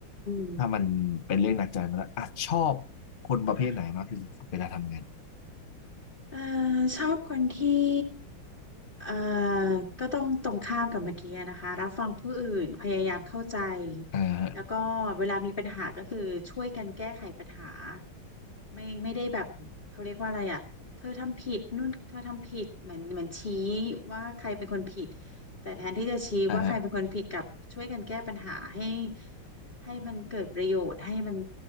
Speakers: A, on the left; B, on the left.
A: ม
B: ถ้ามันเป็นเรื่องหนักใจมาแล้วอ่ะชอบคนประเภทไหนมากที่สุดเวลาทำงาน
A: ค่ะเอ่อชอบคนที่ เอ่อก็ต้องตรงข้ามกับเมื่อกี้นะคะรับฟังผู้อื่นพยายามเข้าใจ
B: อ่าฮะ
A: แล้วก็เวลามีปัญหาก็คือช่วยกันแก้ไขปัญหาไม่ไม่ได้แบบเขาเรียกว่าอะไรอ่ะเธอทำผิดนู่นเธอทำผิดเหมือนเหมือนชี้ว่าใครเป็นคนผิดแต่แทนที่จะชี้ว่าใครเป็นคนผิดกับช่วยกันแก้ปัญหาให้
B: อ่าฮะ
A: ให้มันเกิดประโยชน์ให้มัน